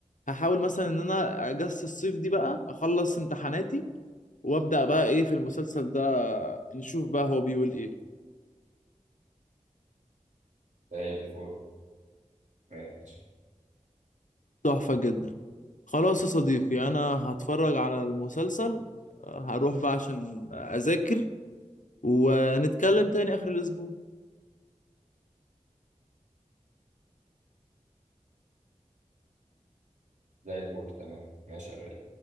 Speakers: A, on the left; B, on the right.
A: هحاول مثلا ان انا اجس الصيف دي بقى اخلص امتحاناتي وابدا بقى ايه في المسلسل ده نشوف بقى هو بيقول ايه
B: زي الفل ماشي
A: تحفة جدا خلاص يا صديقي انا هتفرج على المسلسل هروح بقى عشان اذاكر ونتكلم تاني اخر الاسبوع
B: زي الفل تمام ماشي يا غالي